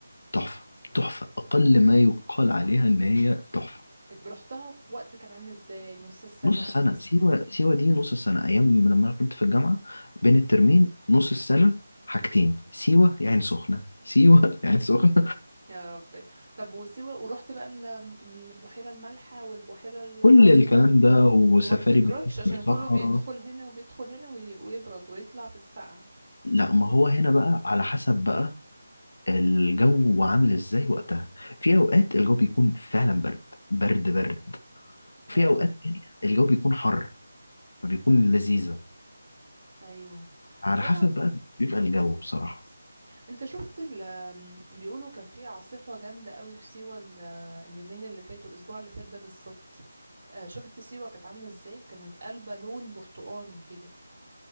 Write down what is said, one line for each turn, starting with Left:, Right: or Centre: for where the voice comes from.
Left: تحفة تحفة أقل ما يقال عليها إن هي تحفة
Right: رحتها في وقت كان عامل ازاي نص السنه
Left: نص
Right: اخر
Left: سنة
Right: السنة.
Left: سيوة سيوة دي نص سنة أيام لما أنا كنت في الجامعة بين الترمين نص السنة حاجتين سيوة يا عين سخنة سيوة <laughs> يا عين سخنة
Right: يا ربي طب وسيوه ورحت بقى ال- البحيره المالحه والبحيره العذبه
Left: كل الكلام ده وسفاري
Right: وما بتبردش
Left: بالليل
Right: عشان
Left: في الصحراء
Right: كله بيدخل هنا وبيدخل هنا وي- ويبرد ويطلع في السقعه
Left: لا ما هو هنا بقى على حسب بقى الجو عامل إزاي وقتها في أوقات الجو بيكون فعلا برد برد برد
Right: اه
Left: وفي أوقات تانية الجو بيكون حر فبيكون لذيذة
Right: ايوه
Left: على
Right: طب انا
Left: حسب بقى بيبقى الجو بصراحة
Right: انت شفت ال آم، بيقولوا كان في عاصفة جامدة قوي في سيوة ال- آه، اليومين اللي فاتوا الأسبوع اللي فات ده بالظبط آه، شفت سيوة كانت عاملة ازاي كانت قلبة لون برتقاني كده